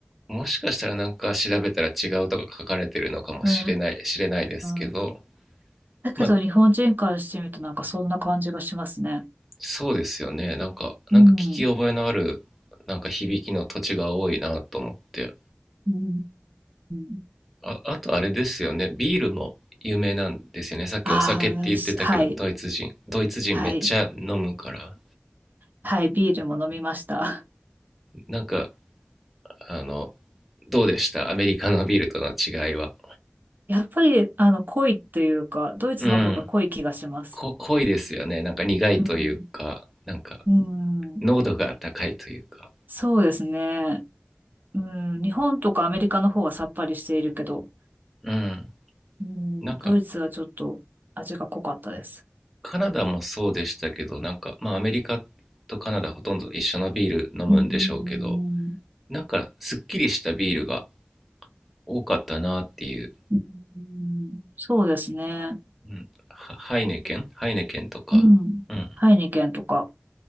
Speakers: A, in the centre; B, on the right (about 45°).
A: もしかしたらなんか調べたら違うとか書かれてるのかもしれない、
B: うー
A: 知れないですけど、
B: ん。だけど日本人からしてみるとなんかそんな感じがしますね。
A: まあそうですよね。なんか、
B: うん。
A: なんか聞き覚えのあるなんか響きの土地が多いなと思って。
B: うんうんうんうん。
A: あ、あとあれですよね。ビールも有名なんですよね。さっきお酒って言ってたけど、
B: ああー、しはい。
A: ドイツ人。ドイツ人めっちゃ飲むから。
B: はい。はい。ビールも飲みました。
A: なんかあの、どうでしたアメリカのビールとの違いは。
B: <laughs> やっぱり、あの、濃いというか、ドイツの方が濃い気がします。
A: うん。こ濃いですよね。なんか苦いというか、
B: うん。
A: なんか
B: うん。
A: 濃度が高いというか。
B: そうですね。うん、日本とかアメリカの方はさっぱりしているけど、
A: うん。
B: うん、
A: なんか
B: ドイツはちょっと味が濃かったです。
A: カナダもそうでしたけど、なんかまあアメリカとカナダほとんど一緒のビール飲むんでしょうけど、
B: うん。
A: なんかすっきりしたビールが多かったなっていう。
B: うん。そうですね。
A: うん、ハイネケンハイネケンとか、
B: うん。
A: うん。
B: ハイニケンとか。